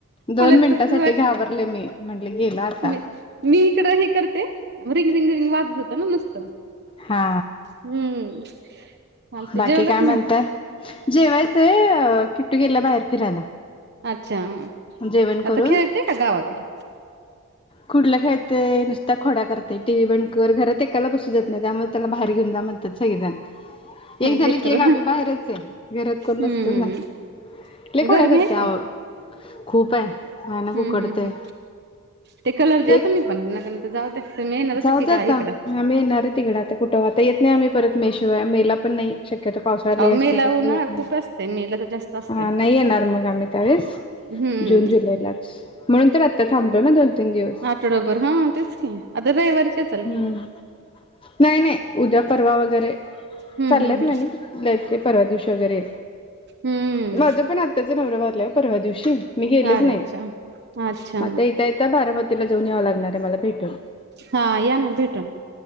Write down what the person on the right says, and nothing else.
मला बी
तसच वाटलं
मी मी इकडं हे करते रिंग रिंग रिंग वाजत होतं ना नुसतं.
हम्म चालतंय
जेवलं
की
नाही
अच्छा!
आता
खेळते का गावाकडं.
लेकरं
हम्म
गरमी
आहे का
हम्म
हम्म हम्म ते कलर द्या
तुम्ही पण नका नंतर जाऊ द्या तुम्ही येणारच
आहे की
गा इकडं
अहो
मे ला उन्हाळा
खूप असतंय मे ला तर जास्त असतंय.
हम्म
बरोबर हा तेच की आता रविवारच्याच
हम्म
हम्म
हम्म
हम्म
अरे
अच्छा अच्छा
हा या ना भेटुन.